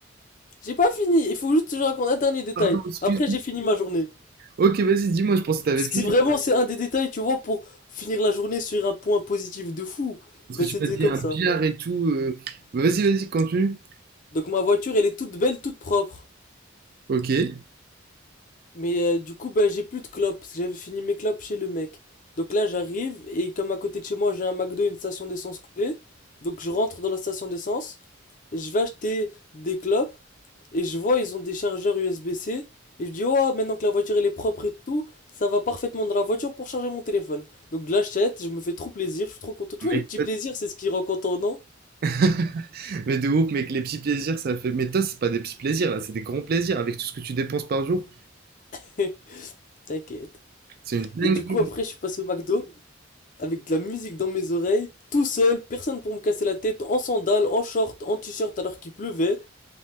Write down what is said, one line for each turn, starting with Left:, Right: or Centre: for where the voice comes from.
Left: J'ai pas fini, il faut juste que je raconte un dernier détail.
Right: Pardon, excuse.
Left: Après, j'ai fini ma journée.
Right: Ok, vas-y, dis-moi, je pensais que t'avais
Left: Parce
Right: fini.
Left: que c'est vraiment, c'est un des détails, tu vois, pour finir la journée sur un point positif de fou.
Right: Parce
Left: Ben,
Right: que tu
Left: c'était
Right: m'as dit
Left: comme
Right: un billard
Left: ça.
Right: et tout. euh, bah, Vas-y, vas-y, continue.
Left: Donc, ma voiture, elle est toute belle, toute propre.
Right: OK.
Left: Mais euh, du coup, ben, j'ai plus de clopes, parce que j'avais fini mes clopes chez le mec. Donc là, j'arrive, et comme à côté de chez moi, j'ai un McDo et une station d'essence coulée, donc je rentre dans la station d'essence, je vais acheter des clopes, Et je vois, ils ont des chargeurs USB-C. Et je dis, oh, maintenant que la voiture elle est propre et tout, ça va parfaitement dans la voiture pour charger mon téléphone. Donc je l'achète, je me fais trop plaisir, je suis trop content. Tu vois,
Right: Mais,
Left: les petits plaisirs, c'est ce qui rend content, non?
Right: <laughs> mais de ouf, mec, les petits plaisirs, ça fait. Mais toi, c'est pas des petits plaisirs, là, c'est des grands plaisirs avec tout ce que tu dépenses par jour.
Left: <laughs> T'inquiète.
Right: C'est une dinguerie.
Left: Et du coup, après, je suis passé au McDo avec de la musique dans mes oreilles, tout seul, personne pour me casser la tête, en sandales, en short, en t-shirt alors qu'il pleuvait.